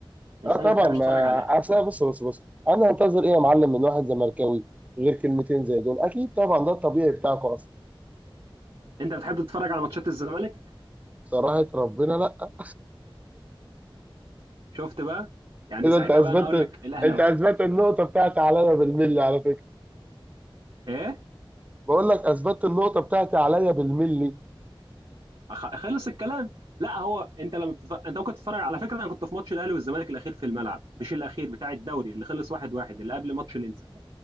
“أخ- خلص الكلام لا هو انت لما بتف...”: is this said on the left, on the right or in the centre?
Right